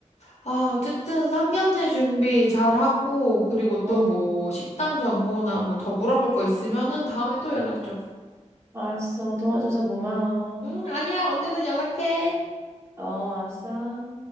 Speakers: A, on the left; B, on the right.
A: 아, 어쨌든 상견례 준비 잘하고, 그리고 또
B: 응,
A: 뭐, 식당 정보나 뭐 더 물어볼 거 있으면은 다음에 또 연락 줘.
B: 알았어. 도와줘서 고마워.
A: 응, 아니야. 언제든 연락해.
B: 어, 알았어.